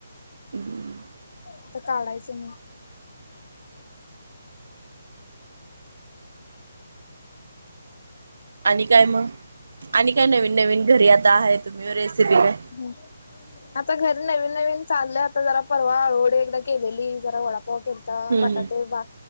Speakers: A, on the right; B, on the left.
A: ह <inaudible>
B: आता काढायचं मग.
A: आणि काय मग आणि काय नवीन नवीन घरी आता आहे तुम्ही रेसिपी का.
B: हम. आता घरी नवीन नवीन चालले आता जरा परवा आळूहळी एकदा केलेली जरा वडापावा केली.
A: हम्म
B: बटाटे
A: हम्म.
B: बा